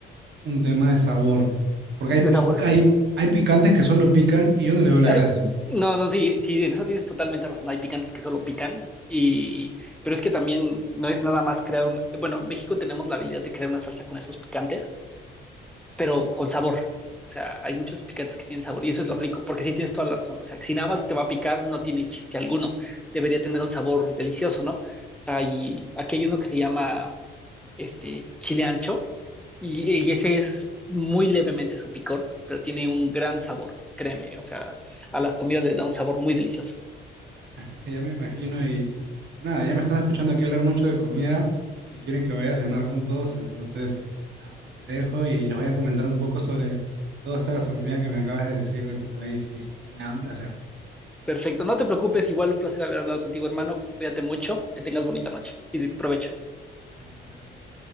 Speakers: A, on the right; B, in the centre.
A: un tema de sabor. Porque hay,
B: de
A: pic-
B: sabor sí.
A: hay, hay picantes que solo pican y yo no le veo la
B: Ay,
A: gracia.
B: no, no, sí, sí, en eso tienes totalmente razón. Hay picantes que solo pican, y, pero es que también no es nada más crear un, bueno, en México tenemos la habilidad de crear una salsa con esos picantes, pero con sabor. O sea, hay muchos picantes que tienen sabor y eso es lo rico, porque sí tienes toda la razón. O sea, si nada más te va a picar, no tiene chiste alguno. Debería tener un sabor delicioso, ¿no? Hay, aquí hay uno que se llama este, chile ancho, y, y ese es muy levemente su picor, pero tiene un gran sabor, créeme, o sea, a las comidas les da un sabor muy delicioso.
A: <laughs> Ya me imagino y nada, ya me están escuchando aquí hablar mucho de comida, que quieren que vaya a cenar con todos, entonces nada, pues te dejo y les voy a comentar un poco sobre toda esta gastronomía que me acabas de decir de tu país y, y nada, un placer.
B: Perfecto, no te preocupes, igual un placer haber hablado contigo, hermano, cuídate mucho, que tengas bonita noche y de- provecho.
A: Vale. Dale, José, gracias.